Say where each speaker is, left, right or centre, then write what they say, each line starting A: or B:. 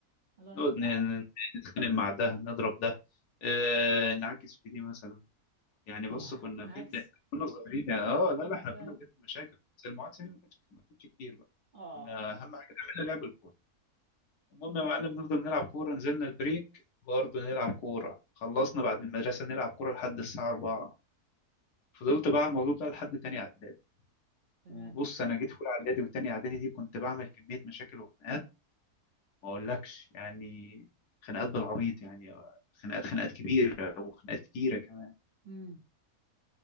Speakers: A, on the right; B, on the left.
A: الله
B: نقعد
A: انا كنت
B: ن- ن- نتخانق مع ده نضرب ده آه، نعكس في دي مثلا يعني
A: اه
B: بص كنا
A: بالعكس
B: بجد كنا صغيرين يعني اه لا لا احنا
A: <laughs> تمام
B: كنا بجد مشاكل بس المعاكسه دي ما كانتش ما كانتش كتير بقى
A: اه
B: كنا اهم حاجه نعملها لعب الكوره المهم يا معلم نفضل نلعب كوره نزلنا البريك برضه نلعب كوره خلصنا بعد المدرسه نلعب كوره لحد الساعه 4 فضلت بقى على الموضوع ده لحد تاني اعدادي
A: تمام
B: وبص انا جيت في اولى اعدادي وتاني اعدادي دي كنت بعمل كميه مشاكل وخناقات ما اقولكش يعني خناقات بالعبيط يعني خناقات خناقات كبيره وخناقات كتيره كمان
A: امم